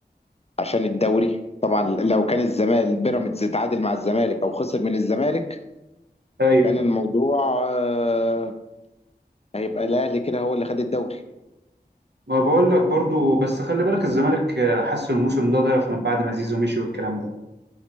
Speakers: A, on the left (about 40°); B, on the right (about 80°).
A: عشان الدوري طبعا لو كان الزمالك بيراميدز اتعادل مع الزمالك او خسر من الزمالك
B: ايوه
A: كان الموضوع آه، هيبقى الاهلي كده هو اللي خد الدوري
B: ما بقول لك برضو بس خلي بالك الزمالك آه، حسوا الموسم ده ضعف من بعد ما زيزو مشي والكلام ده